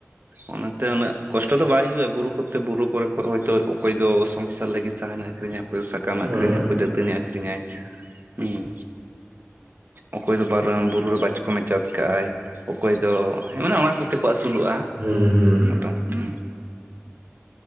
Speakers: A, on the right; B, on the right.
A: ᱚᱱᱟᱛᱮ ᱩᱱᱟᱹᱜ ᱠᱚᱥᱴᱚ ᱫᱚ ᱵᱟᱭ ᱦᱩᱭᱩᱜᱼᱟ ᱵᱩᱨᱩ ᱠᱚᱛᱮ ᱵᱩᱨᱩ ᱠᱚᱨᱮ ᱠᱷᱚᱱ ᱦᱚᱭᱛᱳ ᱚᱠᱚᱭ ᱫᱚ ᱥᱚᱝᱥᱟᱨ ᱞᱟᱹᱜᱤᱫ ᱥᱟᱱᱮ ᱟᱹᱠᱷᱨᱤᱧ ᱚᱠᱚᱭ ᱫᱚ ᱥᱟᱠᱟᱢᱮ
B: ᱦᱩᱸ
A: ᱟᱹᱷᱨᱤᱧᱟ ᱚᱠᱚᱭ ᱫᱟᱹᱛᱟᱹᱱᱤ ᱟᱹᱠᱷᱨᱤ ᱧᱟᱭ ᱦᱩᱸ ᱚᱠᱚᱭ ᱫᱚ ᱵᱟᱨᱟᱝ ᱵᱩᱨᱩ ᱨᱮ ᱵᱟᱪ ᱠᱚᱢᱮ ᱪᱟᱥ ᱠᱟᱜ ᱟᱭ ᱚᱠᱚᱭ ᱫᱚ ᱢᱟᱱᱮ ᱚᱱᱟ ᱠᱚᱛᱮ ᱠᱚ ᱟᱹᱥᱩᱞᱚᱜᱼᱟ
B: ᱦᱩᱸ ᱦᱩᱸ
A: ᱢᱚᱴᱟᱢᱩᱴᱤ